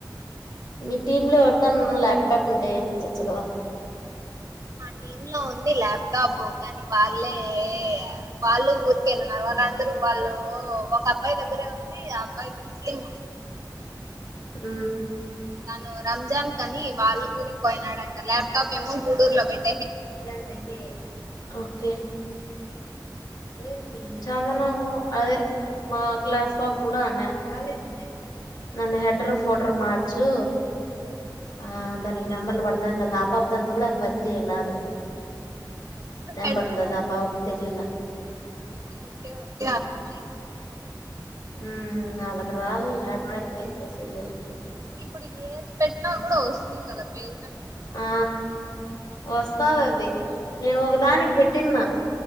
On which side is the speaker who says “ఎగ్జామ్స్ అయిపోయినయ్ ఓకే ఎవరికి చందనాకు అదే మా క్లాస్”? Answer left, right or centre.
Left